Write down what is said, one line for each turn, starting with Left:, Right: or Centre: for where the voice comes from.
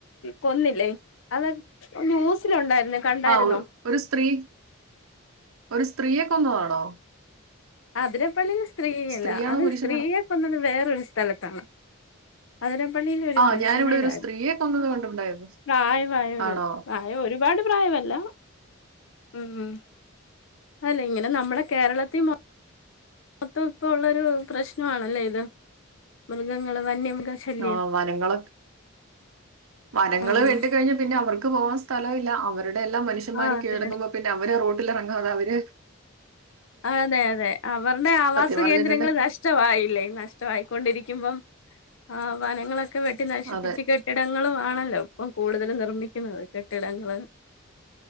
Left: കൊന്നില്ലേ അത് ന്യൂസിലുണ്ടായിരുന്നു കണ്ടായിരുന്നോ
Right: ആ ഒരു സ്ത്രീ ഒരു സ്ത്രീയെ കൊന്നതാണോ
Left: അതിരപ്പള്ളിയിലെ സ് സ്ത്രീയല്ല
Right: സ്ത്രീയാണോ
Left: അത്
Right: പുരുഷനാണോ?
Left: സ്ത്രീയെ കൊന്നത് വേരെ ഒരു സ്ഥലത്താണ് അതിര- അതിരപ്പള്ളിയിൽ ഒരു
Right: ആ
Left: പുരുഷനേനാണ്
Right: ഞാനിവിടെ ഒരു സ്ത്രീയെ കൊന്നത് കണ്ടിട്ടുണ്ടായിരുന്നു.
Left: പ്രായമായ ഒരു
Right: ആണോ?
Left: പ്രായം ഒരുപാട് പ്രായമില്ല ഉം ഉം അല്ലെ ഇങ്ങനെ നമ്മുടെ കേരളത്തി മൊ മൊത്തം ഇപ്പൊ ഉള്ളൊരു പ്രശ്നമാണല്ലേ ഇത് മൃഗങ്ങള് വന്യമൃഗ- ശല്യം
Right: ആ വനങ്ങളൊക്കെ മരങ്ങൾ
Left: ആഹ്
Right: വെട്ടിക്കഴിഞ്ഞ പിന്നെ അവർക്ക്- പോവാൻ സ്ഥലല്ല അവർ അവിടെയെല്ലാം മനുഷ്യന്മാരെ
Left: ആഹ് അതെ
Right: കീഴടക്കുമ്പോൾ
Left: അതെ
Right: പിന്നെ അവര് റോഡില ഇറങ്ങാതെ അവര്
Left: അതെ അതെ അവരുടെ ആവാസ
Right: സത്യം പറഞ്ഞിട്ടുണ്ടെ
Left: കേന്ദ്രങ്ങൾ നഷ്ടമായില്ലേ നഷ്ട്ടായിക്കൊണ്ടിരിക്കുമ്പം ആ വനങ്ങളൊക്കെ വെട്ടി നശിപ്പിച്ച്
Right: അതെ
Left: കെട്ടിടങ്ങളും ആണല്ലോ ഇപ്പം കൂടുതൽ നിർമ്മിക്കുന്നത് കെട്ടിടങ്ങൾ